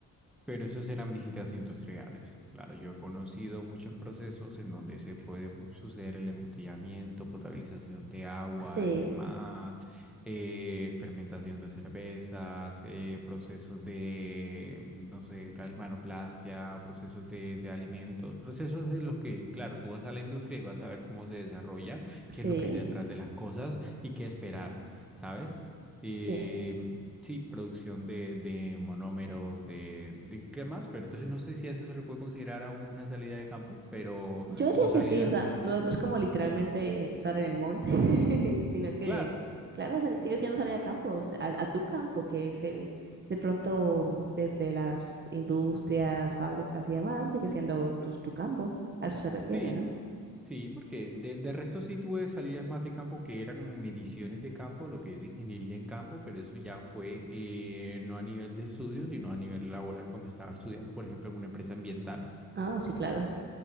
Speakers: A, in the centre; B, on the right.
A: Pero esos eran visitas industriales. Claro, yo he conocido muchos procesos en donde se puede pues, suceder el embotellamiento, potabilización de agua
B: Sí,
A: y demás, eh, fermentación de cervezas, eh, procesos de, no sé, galvanoplastia, procesos de, de alimentos, procesos en los que, claro, tú vas a la industria y vas a ver cómo se desarrolla,
B: sí,
A: qué es lo que hay detrás de las cosas y qué esperar, ¿sabes? Eh,
B: sí.
A: Sí, producción de, de monómeros, de, de qué más, pero entonces no sé si a eso se le puede considerar aún una salida de campo, pero
B: Yo diría
A: son salidas,
B: que sí, o sea, no, no es como literalmente estar en el monte, <laughs> sino que,
A: claro,
B: claro, sali- sigue siendo salir a campo, o sea, a, a tu campo, que es el, de pronto, desde las industrias, fábricas y demás, sigue siendo tu, tu campo, a eso se refiere,
A: sí,
B: ¿no?
A: sí, porque del, del resto sí tuve salidas más de campo que era como mediciones de campo, lo que es ingeniería en campo, pero eso ya fue eh, no a nivel de estudio, sino a nivel laboral cuando estaba estudiando, por ejemplo, en una empresa ambiental.
B: Ah, sí, claro.